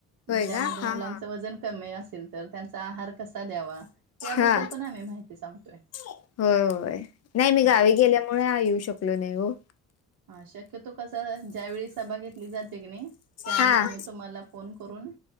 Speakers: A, on the right; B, on the left.
A: मग
B: होय
A: त्यामध्ये
B: का हा
A: मुलांच
B: हा
A: वजन कमी असेल तर त्यांचा आहार कसा द्यावा याबद्दल
B: हा
A: पण आम्ही माहिती सांगतोय.
B: होय, होय नाही मी
A: हम्म.
B: गावी गेल्यामुळं, हां येऊ शकलो नाही ओ.
A: हां, शक्यतो कसा ज्या वेळी सभा घेतली जाते की नाही त्या
B: हा
A: आधी आम्ही तुम्हांला फोन करून